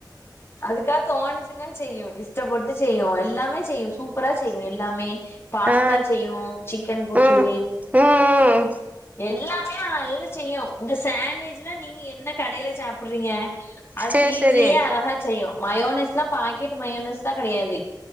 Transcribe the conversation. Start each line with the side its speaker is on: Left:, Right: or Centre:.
Left: அதுக்கா தோணிச்சினா செய்யு இஷ்டப்பட்டு செய்யு எல்லாமே செய்யு சூப்பரா செய்யு எல்லாமே பாஸ்தா
Right: ஆ
Left: செய்யு சிக்கன் போட்டு
Right: ம் ம்
Left: எல்லாத் த்தையு நல்லா செய்யு இந்த சாண்ட்விச்லா நீங்க என்ன கடைல சாப்றீங்க அது
Right: சேரி
Left: வீட்லயே
Right: சேரி
Left: அழகா செய்யு மயோனஸ்லா பாக்கெட் மயோனஸ் தா கெடையாது